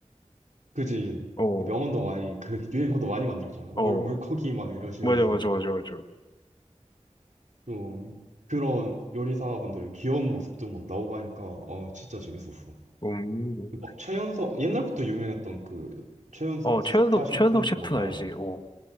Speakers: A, on the right; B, on the left.
A: 그지.
B: 어,
A: 그 명언도 많이, 그 유행어도 많이 만들었잖아.
B: 어,
A: 물, 물고기 막 이러시면서.
B: 맞아, 맞아, 맞아, 맞아.
A: 어, 그런 요리사분들의 귀여운 모습도 막 나오고 하니까, 어, 진짜 재밌었어.
B: 음,
A: 막 최연석, 옛날부터 유명했던 그 최연석
B: 어, 최현석,
A: 스타 셰프도
B: 최현석 셰프는
A: 막 나오고.
B: 알지? 어,